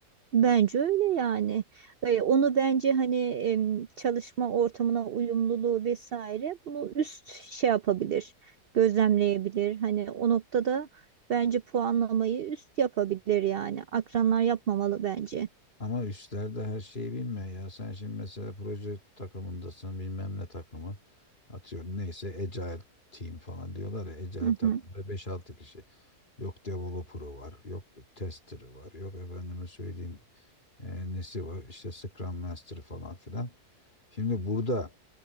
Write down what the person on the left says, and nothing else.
Ama üstler de her şeyi bilmiyor ya. Sen şimdi mesela proje takımındasın bilmem ne takımı. Atıyorum neyse Agile team falan diyorlar ya. Agile
takımda
beş altı kişi. Yok developer'ı var. Yok tester'ı var. Yok efendime söyleyeyim e, nesi var. işte Scrum Master falan filan. Şimdi burada